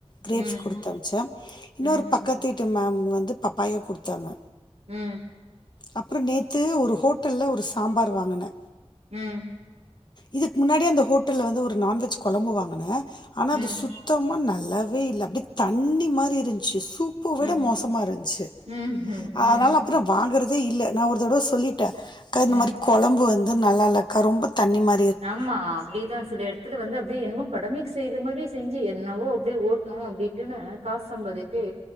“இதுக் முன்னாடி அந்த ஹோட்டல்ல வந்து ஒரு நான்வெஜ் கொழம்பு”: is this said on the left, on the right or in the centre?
Left